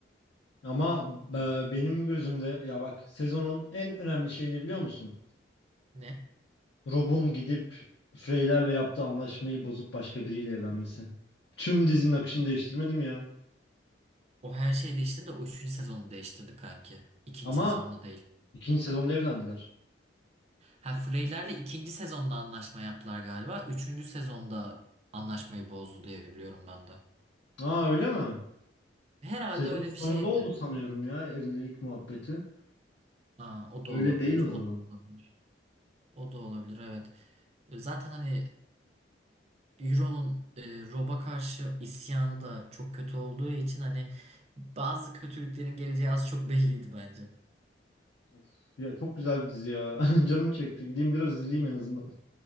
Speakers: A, on the left (about 75°); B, on the right (about 35°).
A: Ama e,
B: Ee,
A: benim gözümde ya bak sezonun en önemli şeyini biliyor musun?
B: ne?
A: Rob'un gidip Frey'lerle yaptığı anlaşmayı bozup başka biriyle evlenmesi. Tüm dizinin akışını değiştirmedi mi ya?
B: O her şeyi değiştirdi de o üçüncü sezonu değiştirdi kanki. İkinci
A: Ama
B: sezonda değil.
A: ikinci sezonda evlendiler.
B: Ha Freyler'le ikinci sezonda anlaşma yaptılar galiba. Üçüncü sezonda anlaşmayı bozdu diye biliyorum ben de.
A: Aa öyle mi?
B: Herhalde
A: Sezon
B: öyle
A: sonunda
B: bir şeydi.
A: oldu sanıyorum ya evlilik muhabbeti.
B: Ha, o da
A: Öyle
B: olabilir.
A: değil o zaman.
B: O da olabilir. O da olabilir evet. Zaten hani Euro'nun e, Rob'a karşı isyanı da çok kötü olduğu için hani bazı kötülüklerin geleceği az çok belliydi bence.
A: Of, ya çok güzel bir dizi ya. <laughs> Canım çekti. Gideyim biraz izleyeyim en azından.